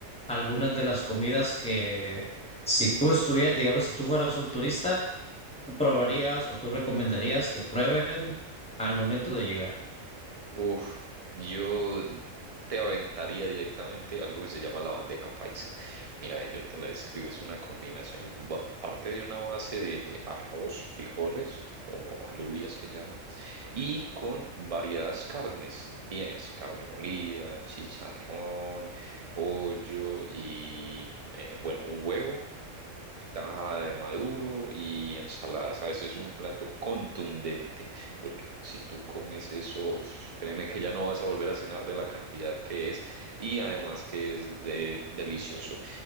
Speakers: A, in the centre; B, on the right.
A: algunas de las comidas que si tú estuvieras, digamos, si tú fueras un turista, tú probarías o tú recomendarías que prueben al momento de llegar?
B: Uf, yo te aventaría directamente algo que se llama la bandeja paisa. Mira, eh, yo te la describo, es una combinación, va- parte de una base de, de arroz, frijoles o alubias que llaman, y con variadas carnes. Tienes carne molida, chicharrón, pollo y, eh, bueno, un huevo tajada de maduro y ensaladas. A veces es un plato contundente, porque si tú comes eso, uf, créeme que ya no vas a volver a cenar de la cantidad que es y además que es de- delicioso.